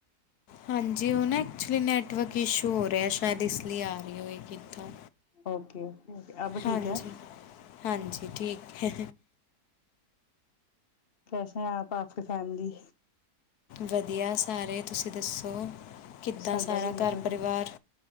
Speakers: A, on the left (about 75°); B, on the left (about 40°).
A: ਹਾਂਜੀ, ਉਹ ਨਾ ਐਕਚੁਲੀ ਨੈਟਵਰਕ ਇਸ਼ੂ ਹੋ ਰਿਹਾ ਸ਼ਾਇਦ ਇਸ ਲਈ ਆ ਰਹੀ ਹੋਏ ਕਿੱਥਾਂ
B: ਓਕੇ ਓਕੇ ਅਬ
A: ਹਾਂਜੀ-
B: ਠੀਕ ਹੈ
A: ਹਾਂਜੀ ਠੀਕ ਹੈ
B: ਕੈਸੇ ਹੈ ਆਪ ਆਪ ਕੇ ਫੈਮਲੀ
A: ਵਧੀਆ ਸਾਰੇ ਤੁਸੀਂ ਦੱਸੋ, ਕਿੱਦਾਂ
B: ਸਾਡਾ
A: ਸਾਰਾ
B: ਵੀ ਬਹੁਤ
A: ਘਰ
B: ਵਧੀਆ
A: ਪਰਿਵਾਰ